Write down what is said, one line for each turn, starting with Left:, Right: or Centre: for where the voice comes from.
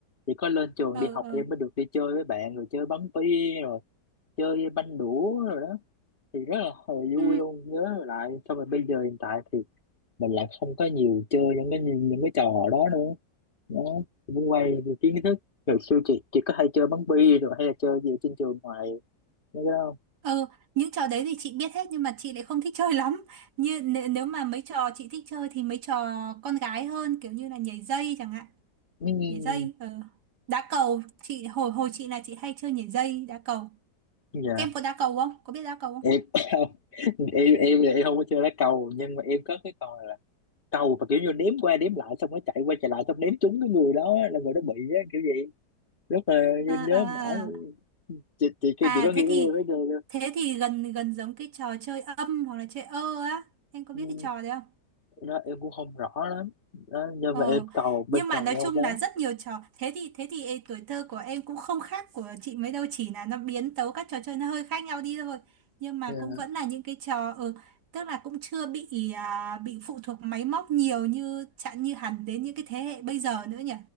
Left: chỉ có lên trường
Right: ờ
Left: đi học
Right: ờ
Left: em mới được đi chơi với bạn rồi chơi bắn bi rồi chơi banh đũa rồi đó thì rất là hồi vui
Right: ừ
Left: luôn nhớ lại xong rồi bây giờ hiện tại thì mình lại không có nhiều chơi những cái những, những cái trò đó nữa nó cũng quay về kiến thức rồi xưa chị chị có hay chơi bắn bi rồi hay là chơi gì ở trên trường ngoài mấy cái đó không
Right: Ừ, những trò đấy thì chị biết hết nhưng mà chị lại không thích chơi <laughs> lắm. Như nếu, nếu mà mấy trò chị thích chơi thì mấy trò con gái hơn kiểu như là nhảy dây chẳng hạn.
Left: Ừm,
Right: Nhảy dây, ờ. Đá cầu, chị hồi hồi chị là chị hay chơi nhảy dây, đá cầu.
Left: dạ
Right: Em có đá cầu không? Có biết đá cầu không?
Left: em <laughs> không em em thì em không có chơi lá cầu nhưng mà em có cái trò là cầu mà kiểu như đếm qua đếm lại xong nó chạy qua chạy lại xong đếm trúng cái người đó là người đó bị á kiểu vậy rất là em
Right: À, à,
Left: nhớ mãi
Right: à. À,
Left: chị chị
Right: À,
Left: chị có nghĩ
Right: thế
Left: cái
Right: thì
Left: game đó chưa
Right: thế thì gần gần giống cái trò chơi âm hoặc là chơi ơ á. Em có
Left: Ừm,
Right: biết cái trò đấy không?
Left: đó em cũng không rõ lắm đó nhưng
Right: Ờ,
Left: mà em cầu bên
Right: nhưng
Left: cầu
Right: mà nói
Left: em không
Right: chung
Left: bán
Right: là rất nhiều trò thế thì thế thì ê, tuổi thơ của em cũng không khác của chị mấy đâu chỉ là nó biến tấu các trò chơi nó hơi khác nhau đi thôi nhưng mà
Left: Ừ.
Right: cũng vẫn là những cái trò ờ tức là cũng chưa bị à, bị phụ thuộc máy móc nhiều như chẳng như hẳn đến những cái thế hệ bây giờ nữa nhỉ